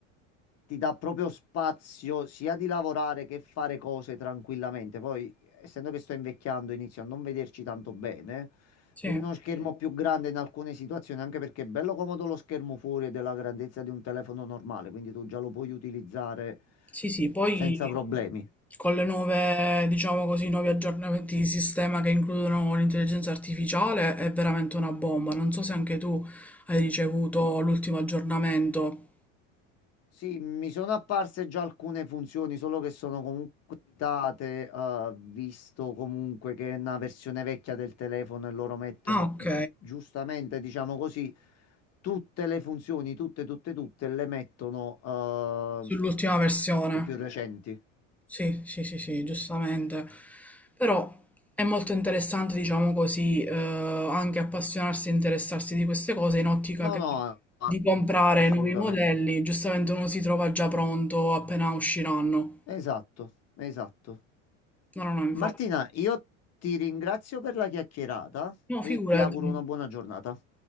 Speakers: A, on the left; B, in the centre.
A: ti dà proprio spazio sia di lavorare che fare cose tranquillamente. Poi, essendo che sto invecchiando, inizio a non vederci tanto bene.
B: sì.
A: Vedo uno schermo Sì. più grande in alcune situazioni, anche perché è bello comodo lo schermo fuori è della grandezza di un telefono normale, quindi tu già lo puoi utilizzare
B: Sì, sì, poi
A: senza problemi.
B: con le nuove, diciamo così, nuovi aggiornamenti di sistema che includono l'intelligenza artificiale è veramente una bomba. Non so se anche tu hai ricevuto l'ultimo aggiornamento.
A: Sì, mi sono apparse già alcune funzioni, solo che sono comunque limitate, eh, visto comunque che è una versione vecchia del telefono e loro mettono,
B: Ah, ok,
A: giustamente, diciamo così, tutte le funzioni, tutte, tutte, tutte, le mettono, eh,
B: sull'ultima versione.
A: le più recenti.
B: Sì, sì, sì, sì, giustamente. Però è molto interessante, diciamo così, eh, anche appassionarsi e interessarsi di queste cose in ottica
A: No,
B: che-
A: no, ass-
B: di comprare
A: assolutamente.
B: nuovi modelli. Giustamente uno si trova già pronto appena usciranno.
A: Esatto, esatto.
B: No, no, no, infatti.
A: Martina, io ti ringrazio per la chiacchierata
B: No,
A: e
B: figurati.
A: ti auguro una buona giornata.